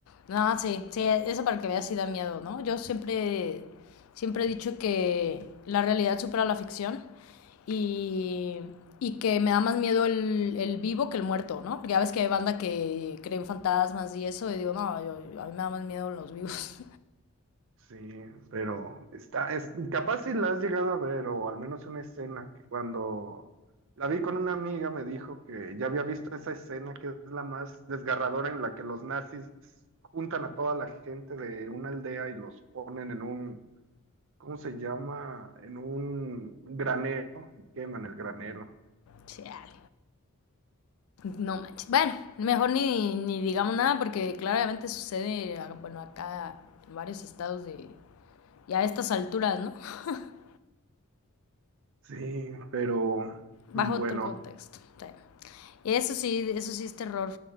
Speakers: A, on the left; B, on the right.
A: No, sí, sí, eso para que veas si da miedo, ¿no? Yo siempre, siempre he dicho que la realidad supera la ficción y, y que me da más miedo el, el vivo que el muerto, ¿no? Porque ya ves que hay banda que cree en fantasmas y eso y digo, no, yo- a mí me da más miedo los vivos.
B: Sí, pero está, es, capaz si la has llegado a ver, o al menos una escena que cuando la vi con una amiga me dijo que ya había visto esa escena que es la más desgarradora en la que los nazis juntan a toda la gente de una aldea y los ponen en un, ¿cómo se llama? En un granero, y queman el granero.
A: <laughs> Chale. No manches. Bueno, mejor ni, ni digamos nada porque claramente sucede, bueno, acá en varios estados de... Y a estas alturas, ¿no? <laughs>
B: Sí, pero
A: bajo
B: bueno,
A: otro contexto. sí. Eso sí, eso sí es terror.